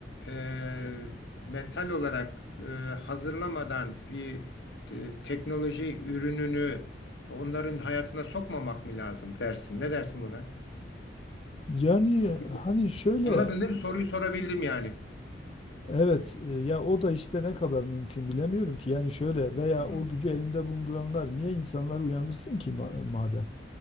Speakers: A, on the left (about 75°); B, on the left (about 30°).
A: e, mental olarak e, hazırlamadan bir e, teknoloji ürününü onların hayatına sokmamak mı lazım dersin? Ne dersin buna?
B: Yani
A: Abi,
B: hani şöyle
A: Anladın değil mi? Soruyu sorabildim yani.
B: Evet, e, ya o da işte ne kadar mümkün bilemiyorum ki. Yani şöyle veya
A: Hı,
B: o gücü elinde bulunduranlar niye insanları uyandırsın ki ma- madem?